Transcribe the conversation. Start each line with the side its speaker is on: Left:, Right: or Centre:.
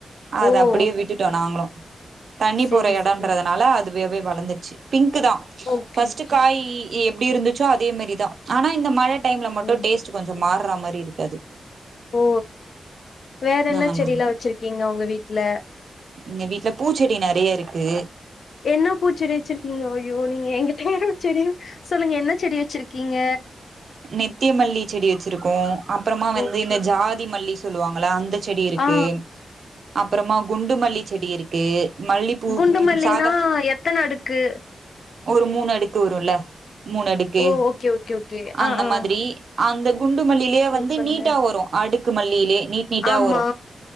Right: அது
Left: ஓ!
Right: அப்படியே விட்டுட்டு நாங்களு தண்ணி
Left: சரி,
Right: போற இடன்றதுனால
Left: சரி.
Right: அது வெ வே வளந்துருச்சு பிங்க் க்கு தா
Left: ஓகே,
Right: ஃபஸ்ட்டு
Left: ஓகே.
Right: காயி எப்டி இருந்துச்சோ அதே மாரி தா ஆனா இந்த மழ டைம்ல மட்டு
Left: ம்.
Right: டேஸ்ட்டு கொஞ்சோ மா ரா மரி ப்டி இருக்காது
Left: ஓ வேற என்ன
Right: அந்த மாரி
Left: செடியிலா வச்சிருக்கீங் க உங்க வீட்ல
Right: எங்க வீட்டுல பூச்செடி நறையா இருக்கு
Left: என்ன பூச்செடி வச்சிருக்கீங்க ஐயோ நீங்க எங்கிட்ட <unintelligible> செடி சொல்லுங்க என்ன செடி வச்சிருக்கீங்க
Right: நித்திய மல்லி செடி வச்சிருக்கோ அப்புறமா வந்து
Left: ஓகே.
Right: இந்த ஜாதி மல் ல்லி சொல்லுவாங்களா அந்த செடி இருக்கு
Left: ஆ,
Right: அப்புறமா குண்டு மல்லி செடி இருக்கு மல்லிப்பூ
Left: குண்டுமல்லினா
Right: ம் சாதா
Left: எத்தன அடுக்கு
Right: ஒரு மூணு அடுக்கு வரும்ல மூணு அடுக்கு
Left: ஓ ஓகே ஓகே ஓகே
Right: அந்த
Left: ஆ, ஆ.
Right: மாத்ரி அந்த குண்டுமல்லிலியே
Left: சூப்பருங்க.
Right: வந்து நீட்டா வரு அடுக் க்கு மல்லிலே நீட் நீட்டா
Left: ஆமா.
Right: வரோ